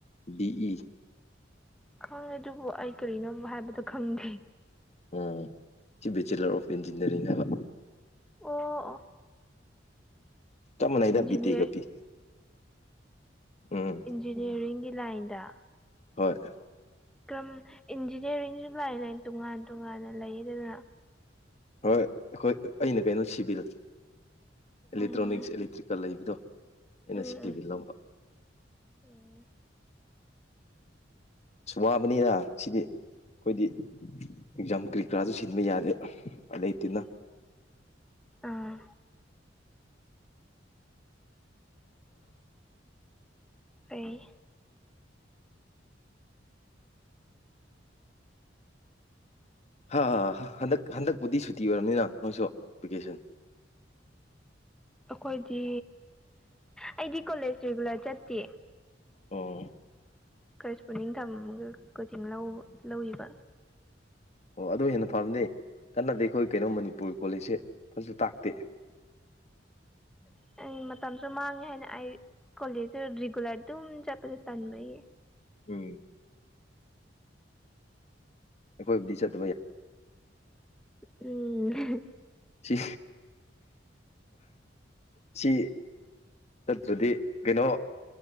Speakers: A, on the left; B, in the centre.
A: ꯕꯤ ꯏ
B: ꯈꯪꯉꯦ ꯑꯗꯨꯕꯨ ꯑꯩ ꯀꯔꯤꯅꯣꯝ ꯍꯥꯏꯕꯗꯣ ꯈꯪꯗ꯭ꯔ‌ꯦ
A: ꯎꯝ ꯁꯤ ꯕꯦꯆꯤꯂꯔ ꯑꯣꯐ ꯏꯟꯖꯤꯅꯤꯌꯥꯔꯤꯡ ꯍꯥꯏꯕ
B: ꯑꯣ ꯑꯣ
A: ꯆꯞ ꯃꯥꯟꯅꯩꯗ
B: ꯏꯟꯖꯤꯅꯤꯌꯔ
A: ꯕꯤ ꯇꯦꯛꯒ ꯄꯤ ꯎꯝ
B: ꯏꯟꯖꯤꯅꯤꯌꯥꯔꯤꯡꯒꯤ ꯂꯥꯏꯟꯗꯥ
A: ꯍꯣꯏ
B: ꯀꯔꯝ ꯏꯟꯖꯤꯅꯤꯌꯥꯔꯤꯡꯁꯨ ꯂꯥꯏꯟ ꯂꯥꯏꯟ ꯇꯣꯉꯥꯟ ꯇꯣꯉꯥꯟꯅ ꯂꯩꯗꯅ
A: ꯍꯣꯏ ꯑꯩꯈꯣꯏ ꯑꯩꯅ ꯀꯩꯅꯣ ꯁꯤꯕꯤꯜ ꯑꯦꯂꯦꯛꯇ꯭ꯔꯣꯅꯤꯛꯁ
B: ꯎꯝ
A: ꯑꯦꯂꯦꯛꯇ꯭ꯔꯤꯀꯜ ꯂꯩꯕꯗꯣ ꯑꯩꯅ
B: ꯎꯝ
A: ꯁꯤ ꯇꯤ
B: ꯎꯝ
A: ꯚꯤ ꯂꯧꯕ
B: ꯎꯝ
A: ꯏꯁ ꯋꯥꯕꯅꯤꯗ ꯁꯤꯗꯤ ꯑꯩꯈꯣꯏꯗꯤ ꯑꯦꯛꯖꯥꯝ ꯀꯔꯤ ꯀꯔꯥꯁꯨ ꯁꯤꯟꯕ ꯌꯥꯗꯦ <unintelligible> ꯂꯩꯇꯅ
B: ꯑꯥ ꯑꯩ
A: ꯍꯥ ꯍꯟꯗꯛ ꯍꯟꯗꯛꯄꯨꯗꯤ ꯁꯨꯇꯤ ꯑꯣꯏꯔꯕꯅꯤꯅ ꯑꯈꫭꯏꯁꯨ ꯚꯦꯀꯦꯁꯟ
B: ꯑꯩꯈꯣꯏꯗꯤ ꯑꯩꯗꯤ ꯀꯣꯂꯦꯖ ꯔꯤꯒꯨꯂꯔ ꯆꯠꯇꯦ
A: ꯑꯣ
B: ꯀꯔꯤ ꯏꯁ꯭ꯀꯅꯤꯡ ꯊꯝꯒ ꯀꯣꯆꯤꯡ ꯂꯧ ꯂꯧꯏꯔꯤꯕꯥ
A: ꯑꯣ ꯑꯗꯨ ꯍꯦꯟꯅ ꯐꯕꯅꯦ ꯀꯟꯅꯗꯤ ꯑꯩꯈꯣꯏ ꯀꯩꯅꯣ ꯃꯅꯤꯄꯨꯔꯒꯤ ꯀꯣꯂꯦꯖꯁꯦ ꯐꯖꯁꯨ ꯇꯥꯛꯇꯦ
B: <inaudible> ꯑꯩ ꯃꯇꯝꯁꯨ ꯃꯥꯡꯉꯦ ꯍꯥꯏꯅ ꯑꯩ ꯀꯣꯂꯦꯖꯁꯨ ꯔꯤꯒꯨꯂꯔ ꯑꯗꯨꯝ ꯆꯠꯄꯁꯦ ꯇꯟꯕꯌꯦ
A: ꯎꯝ ꯑꯩꯈꯣꯏꯕꯨꯗꯤ ꯆꯠ
B: ꯎꯝ
A: ꯁꯤ ꯁꯤ ꯆꯠꯇ꯭ꯔꯥꯗꯤ ꯀꯩꯅꯣ